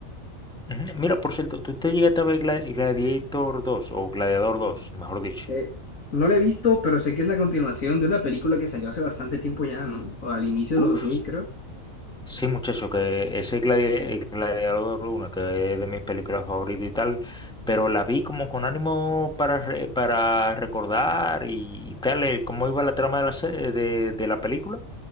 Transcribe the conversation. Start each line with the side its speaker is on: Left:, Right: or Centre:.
Centre: ujú, ujú. mira, por cierto, ¿tú te llegaste a ver Gla- Gladiator 2 o Gladiador dos mejor dicho?
Left: Eh, no la he visto, pero sé que es la continuación de una película que salió hace bastante tiempo ya, ¿no? O al inicio de
Centre: Uf,
Left: los dos mil creo.
Centre: sí, muchacho, que ese Gladi- el Gladiador uno que es de mis películas favoritas y tal, pero la vi como con ánimo para, re- para recordar y, y tal, eh, cómo iba la trama de la, se- de, de la película.